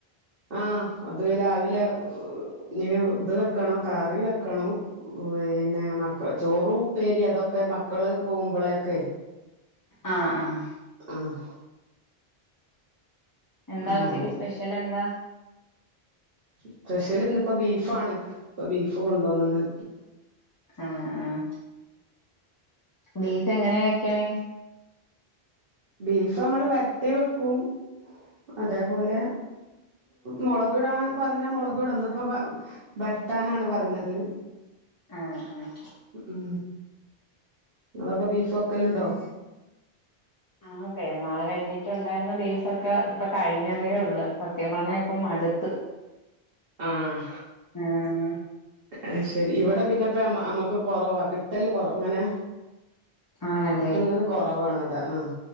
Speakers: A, on the right; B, on the left.
A: ആഹ് അത് രാവിലെ ന ഇത് വെക്കണം കാറി വെക്കണം പിന്നെ മക്ക ചോറ ഉപ്പേരി അതൊക്കെ മക്കള് പോകുമ്പളേൊക്കെ
B: ആഹ് ആഹ്
A: ആഹ്
B: എന്താ
A: അങ്ങനാവും
B: ഉച്ചക്ക് സ്പെഷ്യൽ എന്താ
A: സ്പെഷ്യൽ ഇന്നിപ്പോ ബീഫാണ് ഇപ്പൊ ബീഫ് കൊണ്ടോന്നണ്
B: ഉം ഉം ബീഫ് എങ്ങനെയാ വെക്കണേ
A: ബീഫ് നമ്മൾ വരട്ടി വെക്കും അതേപോലെ മുളകടാൻ പറഞ്ഞാ മുളകട ഒന്ന ഇപ്പോ വരട്ടാനാണ് പറഞ്ഞത്
B: ആഹ് ആഹ്
A: ഉം നിങ്ങളൊക്കെ ബീഫ് വെക്കലുണ്ടോ
B: ആഹ് പെരുന്നാൾ കഴിഞ്ഞിട്ടുണ്ടായിരുന്ന ബീഫക്കെ ഇപ്പൊ കഴിഞ്ഞതേ ഉള്ളൂ സത്യം പറഞ്ഞ ഇപ്പം മടുത്ത്
A: ആഹ്
B: ഉം ഉം
A: അയ്ശരി ഇവിടെ പിന്നെപ്പ അമ്മക്ക് കൊറവാ കിട്ടല് കൊറവ അങ്ങനെ
B: ആണല്ലേ
A: കിട്ടുന്നത് കുറവാണ് അതാ ആഹ്